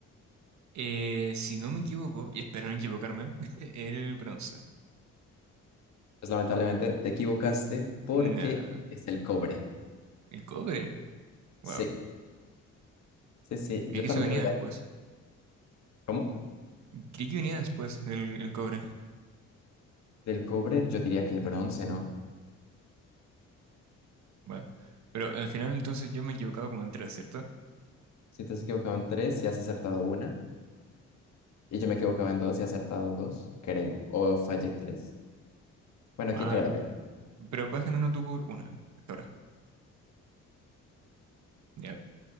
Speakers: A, on the right (about 65°); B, on the left (about 65°).
A: Eh, si no me equivoco, y espero no equivocarme, <laughs> el bronce.
B: Pues lamentablemente te equivocaste porque
A: Nah,
B: es el cobre.
A: el cobre. Wow.
B: Sí, sí, sí, yo
A: Creí que
B: también
A: eso venía
B: lo hubiera...
A: después.
B: ¿Cómo?
A: Creí que venía después el, el cobre.
B: Del cobre yo diría que el bronce, ¿no?
A: Bueno. Pero al final entonces yo me he equivocado como en tres, ¿cierto?
B: Si te has equivocado en tres y has acertado una, y yo me equivocaba en dos y he acertado dos, creo, o fallé tres. Bueno,
A: Mal.
B: ¿quién lleva la cuenta?
A: Pero vas ganando tú por una. Hasta ahora. Ya.